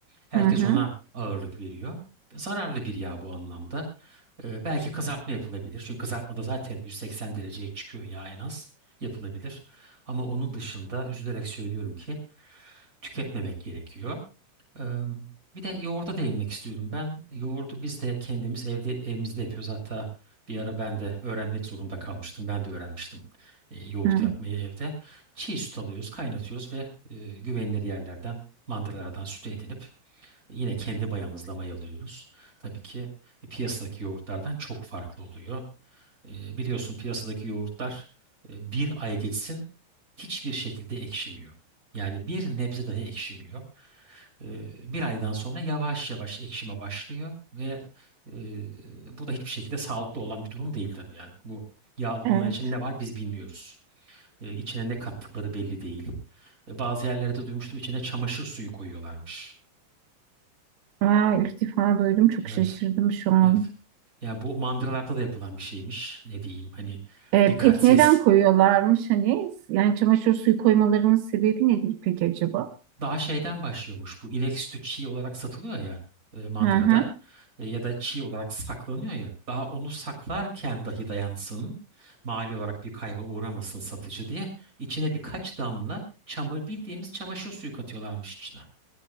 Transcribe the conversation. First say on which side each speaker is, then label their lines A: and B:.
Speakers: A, on the right (about 15°); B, on the right (about 80°).
A: Herkes
B: Hı hı.
A: ona ağırlık veriyor. Zararlı bir yağ bu anlamda. Ee, belki kızartma yapılabilir. Çünkü kızartmada zaten 180 dereceye çıkıyor yağ en az yapılabilir. Ama onun dışında üzülerek söylüyorum ki tüketmemek gerekiyor. Ee, bir de yoğurda değinmek istiyorum ben. Yoğurdu biz de kendimiz evde evimizde yapıyoruz. Hatta bir ara ben de öğrenmek zorunda kalmıştım. Ben de öğrenmiştim e, yoğurt
B: Hı.
A: yapmayı evde. Çiğ süt alıyoruz, kaynatıyoruz ve e, güvenilir yerlerden, mandıralardan süt edinip Yine kendi mayamızla mayalıyoruz. Tabii ki e, piyasadaki yoğurtlardan çok farklı oluyor. E, biliyorsun piyasadaki yoğurtlar e, bir ay geçsin hiçbir şekilde ekşimiyor. Yani bir nebze dahi ekşimiyor. E, bir aydan sonra yavaş yavaş ekşime başlıyor ve e, bu da hiçbir şekilde sağlıklı olan bir durum değil tabii yani. Bu yağ onun
B: Evet.
A: için ne var biz bilmiyoruz. E, içine ne kattıkları belli değil. E, bazı yerlerde duymuştum içine çamaşır suyu koyuyorlarmış.
B: Aa, ilk defa duydum. Çok
A: Evet.
B: şaşırdım şu an.
A: Evet. Ya bu mandıralarda da yapılan bir şeymiş. Ne diyeyim hani
B: Ee,
A: dikkatsiz.
B: peki neden koyuyorlarmış hani? Yani çamaşır suyu koymalarının sebebi nedir peki acaba?
A: Daha şeyden başlıyormuş bu inek sütü çiğ olarak satılıyor ya e, mandırada
B: Hı hı.
A: E, ya da çiğ olarak saklanıyor ya. Daha onu saklarken dahi dayansın mali olarak bir kayba uğramasın satıcı diye içine birkaç damla çamur bildiğimiz çamaşır suyu katıyorlarmış içine.